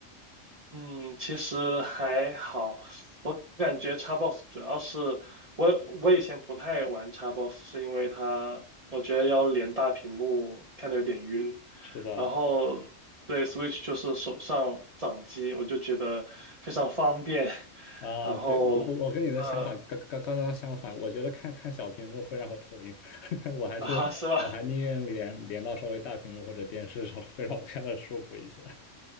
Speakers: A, on the right (about 40°); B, on the left (about 65°).
A: 嗯，其实还好，我感觉 Xbox 主要是我我以前不太玩 Xbox，是因为它我觉得要连大屏幕看的有点晕，
B: 是的，
A: 然后对 Switch 就是手上掌机，我就觉得非常方便，<laughs>
B: 啊、
A: 然后呃
B: 对，我我我跟你的想法刚刚刚刚相反，我觉得看看小屏幕会让我头晕，<laughs> 我还是我还宁愿连连到稍微大屏幕或者电视上，
A: 啊是吧？
B: 会让我看的舒服一些。